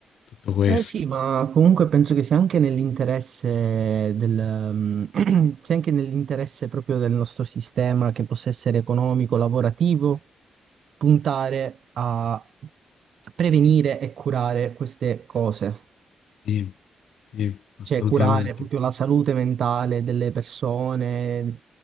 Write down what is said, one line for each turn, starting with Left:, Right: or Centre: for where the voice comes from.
Left: tutto questo.
Right: Eh sì, ma comunque penso che sia anche nell'interesse del, <clears throat> sia anche nell'interesse proprio del nostro sistema, che possa essere economico, lavorativo, puntare a prevenire e curare queste cose
Left: Sì, sì, assolutamente.
Right: cioè curare proprio la salute mentale delle persone,